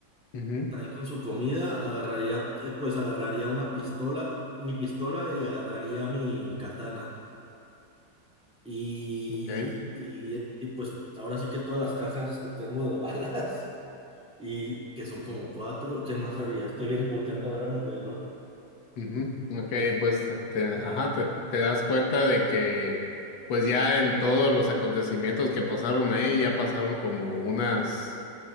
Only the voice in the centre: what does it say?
También con su comida agarraría, eh, pues agarraría una pistola, mi pistola y agarraría mi, mi katana. Y,
y, eh, y, pues ahora sí que todas las cajas que tengo de <laughs> balas y que son como cuatro, ¿qué más haría? Estoy bien volteando a ver a mi alrededor.
Es-
Ajá,